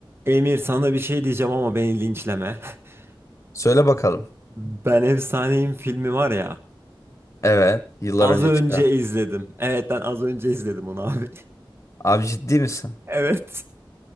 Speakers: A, on the right; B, on the left.
A: Emir sana bir şey diyeceğim ama beni linçleme. <laughs>
B: Söyle bakalım.
A: Ben Efsaneyim filmi var ya.
B: Evet, yıllar
A: Az
B: önce
A: önce
B: çıkan.
A: izledim. Evet ben az önce izledim onu abi.
B: Abi ciddi misin?
A: <laughs> Evet.